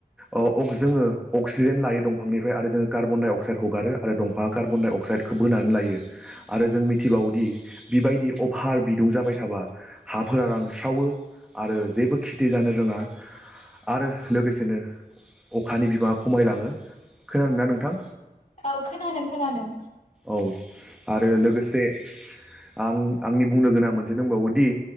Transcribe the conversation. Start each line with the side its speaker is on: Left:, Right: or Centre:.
Centre: अ जोङो अक्सिजेन लायो दंफांनिफ्राय आरो जोङो कार्बन डाइ अक्साइड हगारो आरो दंफाङा कार्बन डाइ अक्साइडखौ बोनानै लायो आरो जों मिथिबावोदि बिबायदि अभार बिदुं जाबाय थाबा हाफोरा रानस्रावो आरो जेबो खेथि जानो रोङा आरो लोगोसेनो अखानि बिबाङा खमायलाङो। खोनादोंना नोंथां?
Left: औ खोनादों खोनादों।
Centre: औ आरो लोगोसे आं आंनि बुंनो गोनां मोनसे दंबावोदि